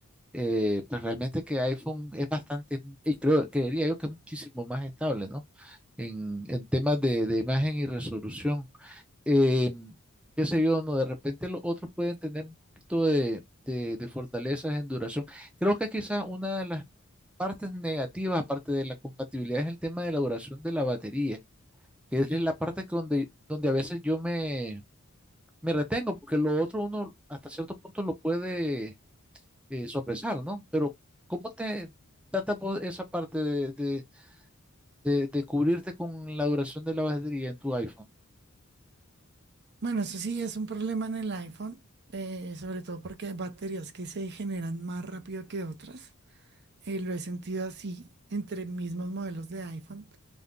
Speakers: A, in the centre; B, on the right.
A: eh, pues realmente que iPhone es bastante, y creo, creería yo que es muchísimo más estable, ¿no? En, en temas de, de imagen y resolución. Eh, qué sé yo, no, de repente los otros pueden tener un poquito de, de, de fortalezas en duración. Creo que quizá una de las partes negativas, aparte de la compatibilidad, es el tema de la duración de la batería, que es la parte que donde, donde a veces yo me, me retengo, porque lo otro uno hasta cierto punto lo puede eh, sopesar, ¿no? Pero ¿cómo te trata vos esa parte de, de, de- de cubrirte con la duración de la batería en tu iPhone?
B: Bueno, eso sí es un problema en el iPhone, eh, sobre todo porque hay baterías que se generan más rápido que otras. Eh, lo he sentido así entre mismos modelos de iPhone.